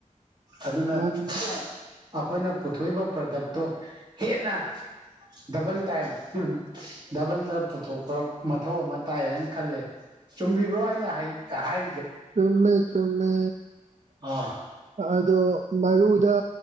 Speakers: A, on the right; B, on the right.
A: ꯑꯗꯨꯅ
B: ꯃꯥꯅꯤ
A: <unintelligible>
B: ꯃꯥ
A: ꯑꯥꯈꯣꯏꯅ ꯄꯨꯊꯣꯛꯏꯕ ꯄ꯭ꯔꯗꯛꯇꯣ ꯍꯦꯟꯅ ꯗꯕꯜ ꯇꯥꯏꯝ ꯍꯝ ꯗꯕꯜꯗ ꯄꯨꯊꯣꯛꯄ ꯃꯊꯧ ꯑꯃ ꯇꯥꯏꯌꯦꯅ ꯈꯜꯂꯦ ꯆꯨꯝꯕꯤꯕ꯭ꯔꯣ ꯑꯩꯅ ꯍꯩ ꯍꯥꯏ
B: ꯆꯨꯝꯃꯦ ꯆꯨꯝꯃꯦ
A: ꯑꯥ
B: ꯑꯗꯣ ꯃꯔꯨꯗ